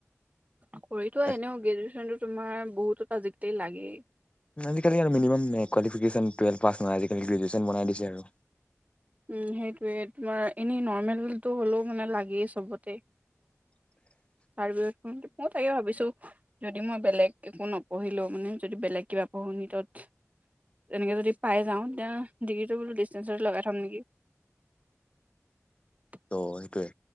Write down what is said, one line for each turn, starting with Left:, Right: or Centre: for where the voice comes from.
Right: কৰি থোৱা
Left: তাক
Right: এনেও গ্ৰেজুৱেচনটো তোমাৰ বহুতৰ মাজতেই লাগে।
Left: আজি-কালি আৰু মিনিমাম এ কোৱালিফিকেশ্যন টুৱেল্ভ পাছ নহয়। আজি-কালি গ্ৰেজুৱেচন বনাই দিছে আৰু।
Right: উম, সেইটোৱে তোমাৰ এনেই নৰ্মেলটো হ'লেও মানে, লাগেই চবতে।
Left: ভইচৰ মাত নাই
Right: ৰ্থাডগ্ৰেটটো মই তাকে ভাৱিছোঁ। যদি মই বেলেগ একো নপঢ়িলো। মানে, যদি বেলেগ কিবা পঢ়ো নীতত তেনেকে যদি পাই যাওঁ তেতিয়া ডিগ্ৰীটো বোলো, ডিষ্টেঞ্চত লগাই থম নেকি? কি
Left: ত' সেইটোৱে।